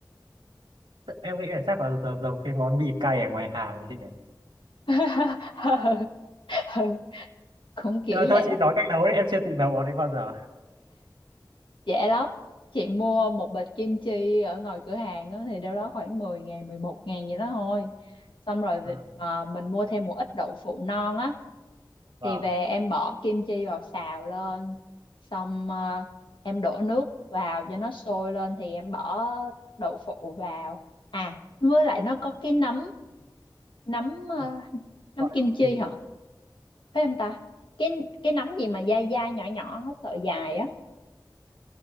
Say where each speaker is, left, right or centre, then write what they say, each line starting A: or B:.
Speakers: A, on the right; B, on the left.
A: em nghĩ là chắc là giống giống cái món mì cay ở ngoài hàng ấy chị nhỉ
B: <laughs> Ừ, Cũng kiểu
A: nhưng mà
B: vậy
A: thôi
B: đó.
A: chị nói cách nấu đấy em chưa tự nấu món đấy bao giờ
B: Dễ lắm. Chị mua một bịch kim chi ở ngoài cửa hàng á, thì đâu đó khoảng mười ngàn, mười một ngàn vậy đó thôi. Xong rồi vi-
A: Ờ,
B: mà mình mua thêm một ít đậu phụ non á.
A: vâng
B: thì về em bỏ kim chi vào xào lên xong ờ, em đổ nước vào cho nó sôi lên thì em bỏ đậu phụ vào à với lại nó có cái nấm nấm ờ,
A: Ờ,
B: nấm
A: gọi
B: kim
A: là
B: chi
A: gì
B: hả phải em ta cái cái nấm gì mà dai dai nhỏ nhỏ sợi dài á